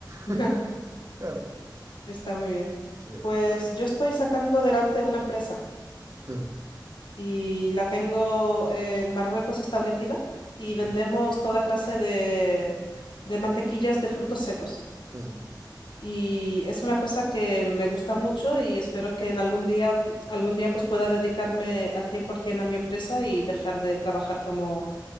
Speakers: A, on the left; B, on the right.
A: <laughs>
B: <laughs> Claro.
A: Está muy bien.
B: Sí.
A: Pues yo estoy sacando adelante una empresa
B: <laughs>
A: y la tengo en Marruecos establecida y
B: Sí.
A: vendemos toda clase de, de mantequillas de frutos secos.
B: <laughs>
A: Y es una cosa que me gusta mucho y espero que en algún día, algún día pues pueda dedicarme al 100% a mi empresa y dejar de trabajar como,